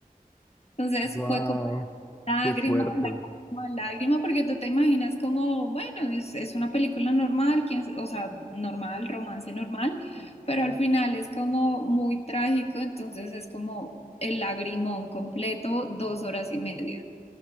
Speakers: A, on the left; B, on the left.
A: Entonces
B: Wow.
A: fue como Lágrimas,
B: Qué fuerte.
A: lágrimas, lágrimas, porque tú te imaginas como, bueno, es, es una película normal, quién s- o sea, normal, romance normal, pero al final es como muy trágico, entonces es como el lagrimón completo, dos horas y media.